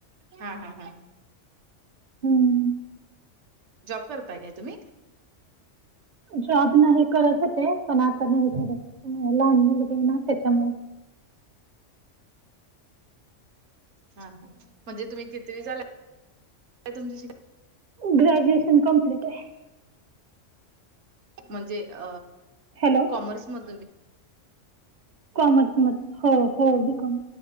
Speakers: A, on the right; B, on the right.
A: हा हा हा.
B: हम्म‌.
A: जॉब करताय काय तुम्ही?
B: जॉब नाही करत होते पण आता नाही करत लहान मुलं ना त्याच्यामु
A: हा हा म्हणजे तुम्ही किती झाला तुम शिक
B: ग्रॅज्युएशन कम्प्लीट आहे
A: म्हणजे अ
B: हॅलो
A: कॉमर्स म
B: कॉमर्स म हो हो बिकॉम